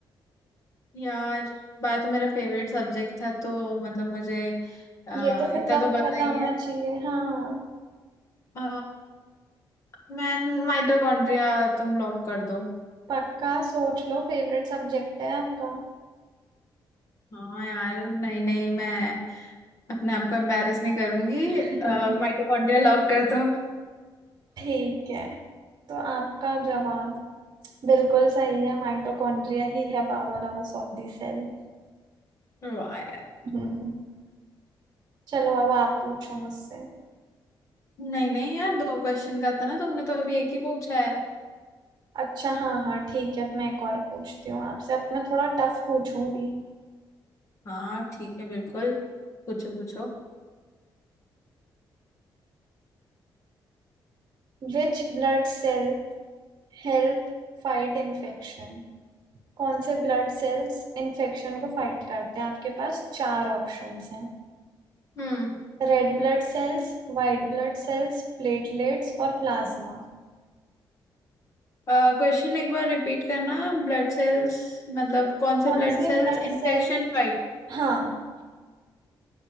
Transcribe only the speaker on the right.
ये तो फिर
तो आपको
पता
होना
चाहिए हाँ
पक्का सोच लो फेवरेट सब्जेक्ट है आपका
<laughs>
ठीक है तो आपका जवाब बिल्कुल सही है माइटोकॉन्ड्रिया ही है power house of the cell
<laughs> चलो अब आप पूछो मुझसे
अच्छा हाँ हाँ ठीक है मैं एक और पूछती हूँ आपसे अब मैं थोड़ा टफ पूछूंगी
Which blood cell help fight infection कौन से ब्लड सेल्स इन्फेक्शन को फाइट करते हैं आपके पास चार ऑप्शंस हैं
Red blood cells white blood cells platelets और प्लाज्मा
कौन
से
ब्लड
सेल
हाँ